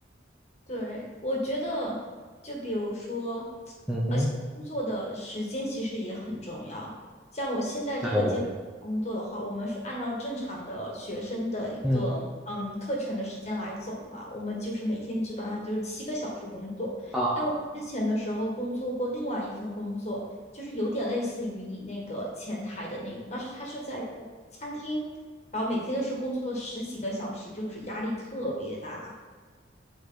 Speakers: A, on the left; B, in the centre.
A: 对，我觉得，就比如说，
B: 嗯哼，
A: 而且工作的时间其实也很重要。像我现在这个兼段工作的话，
B: 对，
A: 我们是按照正常的学生的一个嗯课程的时间来走嘛，
B: 嗯。
A: 我们就是每天基本上就是七个小时工作。
B: 啊，
A: 但我之前的时候工作过另外一份工作，就是有点类似于你那个前台的那种，但是它是在一个餐厅，然后每天就是工作十几个小时，就是压力特别大。